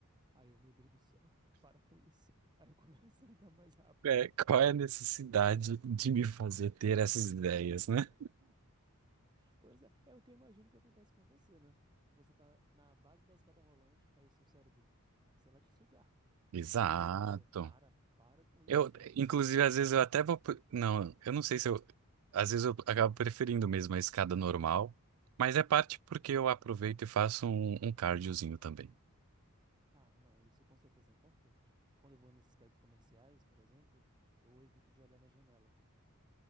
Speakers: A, on the right (about 20°); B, on the right (about 70°).
A: Aí eu, meu Deus do céu, <laughs> para com isso. Aí eu começo <laughs> a andar mais rápido.
B: É, qual é a necessidade de me fazer ter essas ideias, né?
A: Pois é, é o que eu imagino que acontece com você, né? Você tá na base da escada rolante, aí seu cérebro, e se ela te sugar?
B: Exato.
A: Aí você para, para com isso.
B: Eu,
A: Aí,
B: inclusive, às vezes eu até vou. por- Não, eu não sei se eu. Às vezes eu acabo preferindo mesmo a escada normal, mas é parte porque eu aproveito e faço um, um cardiozinho também.
A: ah, não, isso com certeza é importante. Quando eu vou nesses prédios comerciais, por exemplo, eu evito de olhar na janela.